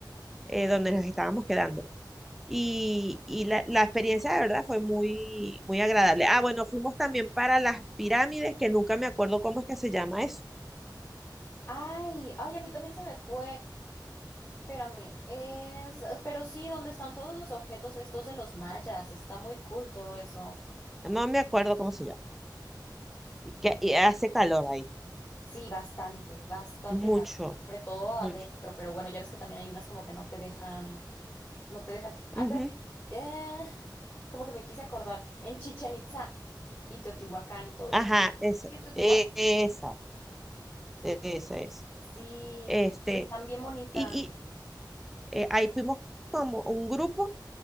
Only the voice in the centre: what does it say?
eh, donde nos estábamos quedando. Y, y la, la experiencia de verdad fue muy, muy agradable. Ah, bueno, fuimos también para las pirámides, que nunca me acuerdo cómo es que se llama eso.
No me acuerdo cómo se llama. Y que y hace calor ahí.
Mucho,
mucho.
Ujú.
Ajá, esa.
e- Esa, e- esa, esa.
Este,
y, y eh, ahí fuimos como un grupo,